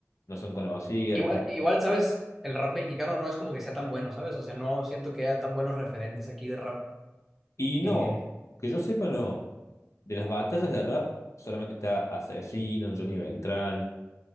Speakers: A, on the left; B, in the centre.
A: no son conocidas.
B: Igual,
A: La gente...
B: igual, ¿sabes? El rap mexicano no es como que sea tan bueno, ¿sabes? O sea, no siento que haya tan buenos referentes aquí de rap.
A: Y no,
B: Eh,
A: que yo sepa, no. De las batallas de rap solamente está Asesino, Johnny Beltrán,